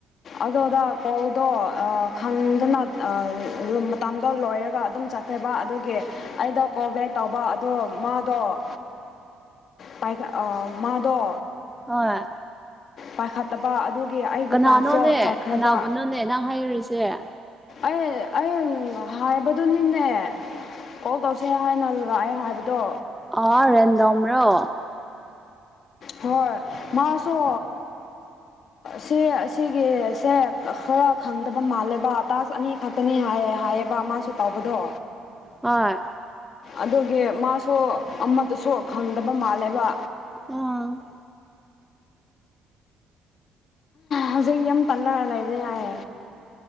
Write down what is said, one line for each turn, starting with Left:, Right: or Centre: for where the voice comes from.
Left: ꯑꯗꯨꯗꯥ ꯀꯣꯜꯗꯣ ꯑꯥ ꯈꯪꯗꯅ ꯑꯥ ꯃꯇꯝꯗ ꯂꯣꯏꯔꯒ ꯑꯗꯨꯝ ꯆꯠ ꯈꯔꯕ ꯑꯗꯨꯒꯤ ꯑꯩꯗꯣ ꯀꯣꯜ ꯕꯦꯛ ꯇꯧꯕ ꯑꯗꯣ ꯃꯥꯗꯣ ꯄꯥꯏꯈꯠ ꯑꯥ ꯃꯥꯗꯣ
Centre: ꯍꯣꯏ
Left: ꯄꯥꯏꯈꯠꯇꯕ ꯑꯗꯨꯒꯤ ꯑꯩꯒꯤ
Centre: ꯀꯅꯥꯅꯣꯅꯦ
Left: ꯇꯥꯛꯁꯨꯣ ꯆꯠꯈ꯭ꯔꯦꯕ
Centre: ꯀꯅꯥꯕꯨꯅꯣꯅꯦ ꯅꯪ ꯍꯥꯏꯔꯤꯁꯦ
Left: ꯑꯩ ꯑꯩ ꯍꯥꯏꯕꯗꯨꯅꯤꯅꯦ ꯀꯣꯜ ꯇꯧꯁꯦ ꯍꯥꯏꯅ ꯂꯥꯛꯑꯦ ꯍꯥꯏꯕꯗꯣ
Centre: ꯑ ꯔꯦꯟꯗꯝ ꯔꯣ
Left: ꯍꯣꯏ ꯃꯥꯁꯨ ꯁꯤ ꯑꯁꯤꯒꯤꯁꯦ ꯈꯔ ꯈꯪꯗꯕ ꯃꯥꯜꯂꯦꯕ ꯇꯥꯀꯁ ꯑꯅꯤ ꯈꯛꯇꯅꯤ ꯍꯥꯏ ꯍꯥꯏꯌꯦꯕ ꯃꯥꯁꯨ ꯇꯧꯕꯗꯣ
Centre: ꯑꯣꯏ
Left: ꯑꯗꯨꯒꯤ ꯃꯥꯁꯨ ꯑꯃꯠꯗꯁꯨ ꯈꯪꯗꯕ ꯃꯥꯜꯂꯦꯕ
Centre: ꯎꯝ
Left: ꯍꯧꯖꯤꯛ ꯌꯥꯝ ꯇꯜꯂꯒ ꯂꯩꯔꯦ ꯍꯥꯏ